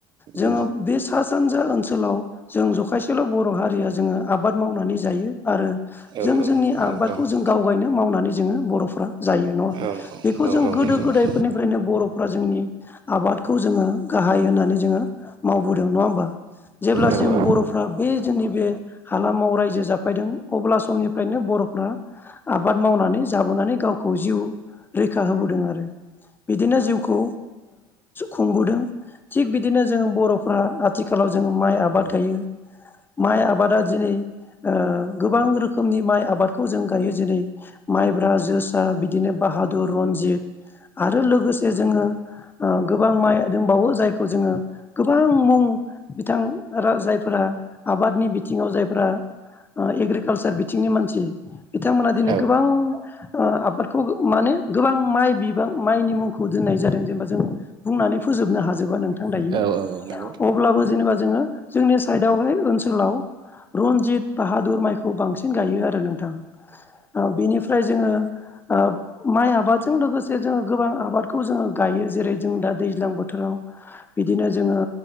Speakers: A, on the left; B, on the right.
A: जोङो
B: औ
A: बे सा सानजा ओनसोलाव जों जखायसेल' बर' हारिया जोङो आबाद मावनानै थायो आरो
B: औ
A: जों
B: औ
A: जोंनि आबादखौ
B: औ
A: जों गावगायनो मावनानै जोङो बर'फ्रा जायो नङा होनबा
B: औ
A: बेखौ
B: औ
A: जों
B: औ
A: गोदो
B: नंगौ
A: गोदायफोरनिफ्रायनो बर'फ्रा जोंनि आबादखौ जोङो गाहाय होननानै जोङो मावबोदों नङा होमबा। जेब्लासिम
B: औ औ
A: बर'फ्रा बे जोंनि बे हालामाव रायजो जा <unintelligible> बोदों अब्ला समनिफ्रायनो बर'फ्रा आबाद मावनानै जाबोनानै गावखौ जिउ रैखा होबोदों आरो। बिदिनो जिउखौ खुंबोदों थिग बिदिनो जोङो बर'फ्रा आथिखालाव जों माइ आबाद गायो। माइ आबादा दिनै गोबां रोखोमनि माइ आबादखौ जों गायो जेरै- माइब्रा, जोसा बिदिनो बाहा दुर, रनजित आरो लोगोसे जोङो गोबां माइ दंबावो जायखौ जोङो गोबां मुं बिथां जायफोरा आबादनि बिथिङाव जायफोरा एग्रिकालसार बिथिंनि मानसि बिथांमोना दिनै
B: औ नंगौ औ नंगौ औ उम औ
A: गोबां आबादखौ माने गोबां माइ बिबां माइनि मुंखौ दोननाय जादों। जेनेबा जों बुंनानै फो जोबनो हाजोबा नोंथां।
B: औ
A: दायो
B: औ औ।
A: अब्लाबो जेनेबा जोङो जोंनि साइडआवहाय ओनसोलाव रनजित बाहादुर माइखौ बांसिन गायो आरो नोंथां बेनिफ्राय जोङो ओ माइ आबादजों लोगोसे जोङो गोबां आबादखौ जोङो गायो जेरै जों दा दैज्लां बोथोराव बिदिनो जोङो